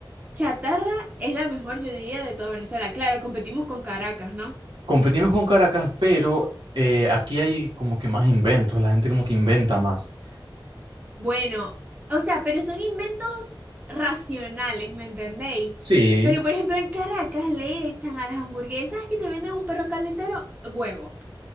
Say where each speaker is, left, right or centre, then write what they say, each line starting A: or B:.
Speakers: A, on the right; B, on the right.
A: chatarra es la mejor, yo diría, de toda Venezuela. Claro, competimos con Caracas, ¿no?
B: Competimos con Caracas, pero eh, aquí hay como que más inventos, la gente como que inventa más.
A: Bueno, o sea, pero son inventos racionales, ¿me entendéis?
B: Sí,
A: Pero por ejemplo, en Caracas le echan a las hamburguesas que te venden un perro calentero huevo.